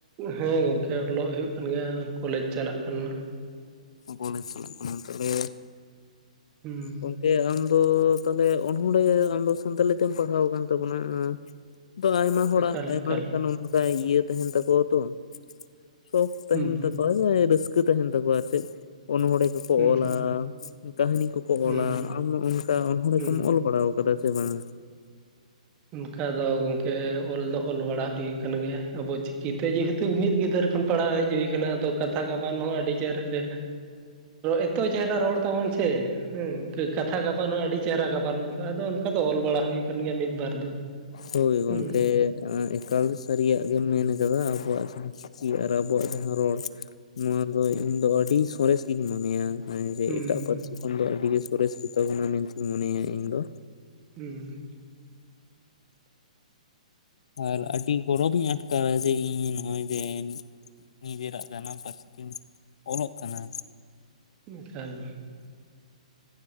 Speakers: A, on the right; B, on the left.
A: ᱦᱮᱸ ᱜᱚᱝᱠᱮ ᱚᱞᱚᱜ ᱦᱩᱭᱩᱜ ᱠᱟᱱ ᱜᱮᱭᱟ ᱠᱚᱞᱮᱡᱽ ᱪᱟᱞᱟᱜ ᱠᱟᱱᱟ᱾
B: ᱠᱚᱞᱡᱽ ᱪᱟᱞᱟᱜ ᱠᱟᱱᱟ ᱛᱟᱦᱚᱞᱮ
A: ᱦᱩᱸ
B: ᱜᱚᱢᱠᱮ ᱟᱢ ᱫᱚ ᱛᱟᱦᱞᱮ ᱚᱱᱚᱲᱦᱮ ᱟᱢ ᱥᱟᱱᱛᱟᱞᱤ ᱛᱮᱢ ᱯᱟᱲᱦᱟᱣ ᱟᱠᱟᱱ ᱛᱟᱵᱚᱱᱟ᱾ ᱟ ᱟᱭᱢᱟ ᱦᱚᱲᱟᱜ
A: ᱮᱠᱟᱞ
B: ᱟᱭᱢᱟ
A: ᱮᱠᱟᱞ
B: ᱞᱮᱠᱟᱱ ᱚᱱᱠᱟ ᱤᱭᱟᱹ ᱛᱟᱦᱮᱱ ᱛᱟᱠᱚᱣᱟ ᱛᱚ ᱥᱠᱷ ᱛᱟᱦᱮᱱ
A: ᱦᱩᱸ
B: ᱛᱟᱠᱚᱣᱟ ᱡᱮ ᱨᱟᱹᱥᱠᱟᱹ ᱛᱟᱦᱮᱱ ᱛᱟᱠᱚᱣᱟ ᱟᱨ ᱪᱮᱫ ᱚᱱᱚᱚᱲᱦᱮ ᱠᱚ ᱠᱚ
A: ᱦᱩᱸ
B: ᱚᱞᱟ ᱠᱟᱹᱦᱱᱤ ᱠᱚᱠᱚ
A: ᱦᱩᱸ
B: ᱚᱞᱟ ᱟᱢ ᱚᱱᱠᱟ ᱚᱱᱚᱲᱦᱮ
A: ᱦᱩᱸ
B: ᱠᱚᱢ ᱚᱞᱼᱼ ᱚᱞ ᱵᱟᱲᱟ ᱟᱠᱟᱫᱟ ᱥᱮ ᱵᱟᱝ?
A: ᱚᱱᱠᱟ ᱫᱚ ᱜᱚᱝᱠᱮ ᱚᱞ ᱫᱚ ᱚᱞ ᱵᱟᱲᱟ ᱦᱩᱭ ᱠᱟᱱᱟᱱ ᱜᱮᱭᱟ ᱟᱵᱚ ᱪᱼᱼ ᱪᱤᱠᱤ ᱛᱮ ᱡᱮᱦᱮᱛᱩ ᱢᱤᱫ ᱜᱤᱫᱟᱹᱨ ᱠᱷᱚᱱ ᱯᱟᱲᱦᱟᱣ ᱦᱮᱡ ᱦᱩᱭ ᱠᱟᱱᱟ ᱟᱫᱚ ᱠᱟᱛᱷᱟ ᱜᱟᱵᱟᱱ ᱦᱚᱸ ᱟᱹᱰᱤ ᱪᱮᱦᱨᱟ ᱜᱮᱼᱼ ᱮᱛᱚ ᱪᱮᱦᱨᱟ ᱨᱚᱲ ᱛᱟᱵᱚᱱ ᱥᱮᱼᱼ ᱦᱩᱸ ᱠᱟᱛᱷᱟ ᱜᱟᱵᱟᱱ ᱦᱚᱸ ᱟᱹᱰᱤ ᱪᱮᱦᱨᱟ ᱜᱟᱵᱟᱱ ᱜᱫᱚᱜᱼᱟ ᱟᱫᱚ ᱚᱱᱠᱟ ᱫᱚ ᱚᱞ ᱵᱟᱲᱟ ᱦᱩᱭ ᱟᱠᱟᱱ ᱜᱮᱭᱟ ᱢᱤᱫ ᱵᱟᱨ ᱫᱚ
B: ᱦᱳᱭ ᱜᱚᱢᱠᱮ
A: ᱦᱩᱸ
B: ᱮᱠᱟᱞ ᱥᱟᱹᱨᱤᱭᱟᱜ ᱜᱮᱢ ᱢᱮᱱ ᱠᱟᱫᱟ ᱟᱵᱚᱣᱟᱜ ᱡᱟᱦᱟᱸ ᱪᱤᱠᱤ ᱟᱨ ᱟᱵᱚᱣᱟᱜ ᱡᱟᱦᱟᱸ ᱨᱚᱲ ᱱᱚᱣᱟ ᱫᱚ ᱤᱧ ᱫᱚ ᱟᱹᱰᱤ ᱥᱚᱨᱮᱥ ᱜᱤᱧ ᱢᱚᱱᱮᱭᱟ᱾ ᱦᱮᱸ ᱡᱮ
A: ᱦᱩᱸ
B: ᱮᱴᱟᱜ ᱯᱟᱹᱨᱥᱤ ᱠᱷᱚᱱ ᱫᱚ ᱟᱹᱰᱤ ᱜᱮ ᱥᱚᱨᱮᱥ ᱜᱮᱛᱟᱵᱚᱱᱟ ᱢᱮᱱᱛᱤᱧ ᱢᱚᱱᱮᱭᱟ ᱤᱧ ᱫᱚ᱾
A: ᱦᱩᱸ
B: ᱟᱨ ᱟᱹᱰᱤ ᱜᱚᱨᱚᱵᱤᱧ ᱟᱴᱠᱟᱨᱟ ᱡᱮ ᱤᱧ ᱱᱚᱜᱼᱚᱭ ᱡᱮᱼᱼ ᱱᱤᱡᱮᱨᱟᱜ ᱡᱟᱱᱟᱢ ᱯᱟᱹᱨᱥᱤ ᱛᱮᱧ ᱚᱞᱚᱜ ᱠᱟᱱᱟ᱾
A: ᱚᱱᱠᱷᱟᱱ